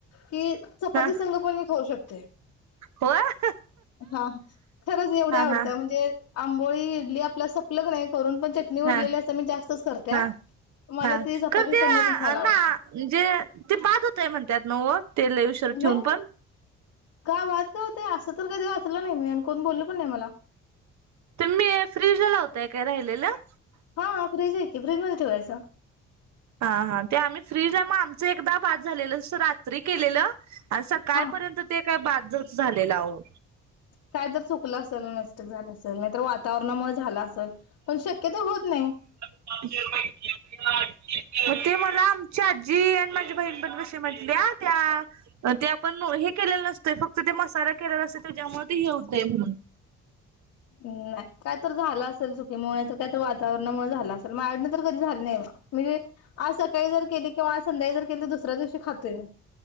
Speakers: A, on the left; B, on the right.
A: की चपाती
B: हा
A: संंग पण मी खाऊू शकतोय.
B: हो हा
A: हा खरंच एवढी आवडत्या
B: हा
A: म्हणजे आंबोळी इडली आपल्या सप सपल क नाही करून पण ते चटणी उरलेली
B: हा
A: असत्या. मी जास्तच करत्या.
B: हा हा
A: मला ती चपाती
B: खर ते
A: संग पण खायला
B: ना
A: आवडत्या.
B: म्हणजे ते बाद होतय म्हणत्यात नव्ह व ते लय उशर ठेवून
A: नाही
B: पण.
A: का बाद का होतय? असं तर कधी वाचलं नाही मी. आणि कोण बोललो पण नाही मला.
B: तर मी फ्रीज लावताय काय राहिलेलं?
A: हा फ्रीज आहे की, फ्रीज मध्ये ठेवायचं.
B: हा हा ते आम्ही फ्रीज हाय म आमचं एकदा बाद झालेलं स रात्री केलेलं. आणि सकाळीपर्यंत
A: हा
B: ते काही बादच झालेलं आव.
A: काय तर चुकलं असल मिस्टेक झाल असल. नाही तर वात वातावरणामुळ झाल असल. पण शक्यतो होत नाही.
B: <unintelligible> मग ते मला आमची आजी आणि माझी बहीण पण कशी म्हटल्या त्या म ते आपण हे केलेलं नसतंय फक्त ते मसाला केलेल असतय त्याज्यामुळ ते हे होतय म्हणून.
A: नाही काय तर झालं असल चुकीमुळ नाहीतर त्याच वातावरणामुळ झालं असल. माझ्याकडण तर कधी झालं नाही बा. मी आज सकाळी जर केली किंवा आज संध्याळी जर केली तर दुसऱ्या दिवशी खातोय मी.